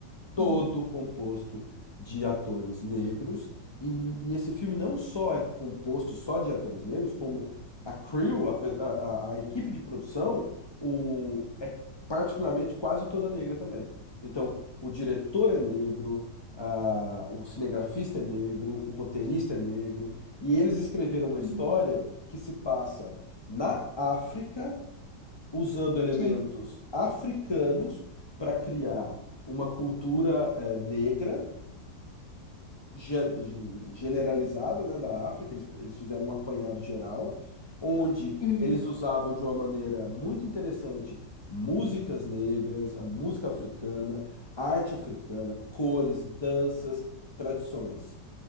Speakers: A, on the left; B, on the left.
A: todo
B: uhum,
A: composto de atores negros. E, e esse filme não só é composto só de atores negros, como a crew, a, pe- a, a- a equipe de produção, o, é particularmente quase toda negra também. Então, o diretor é negro, ah, o cinegrafista é negro, o roteirista é negro. E eles escreveram uma história
B: uhum,
A: que se passa na África usando elementos
B: sim.
A: africanos para criar uma cultura eh, negra ge- generalizada, né, da África. Eles, eles fizeram um apanhado geral, onde
B: Uhum,
A: eles usavam de uma maneira muito interessante músicas negras, a música africana, arte africana, cores, danças, tradições.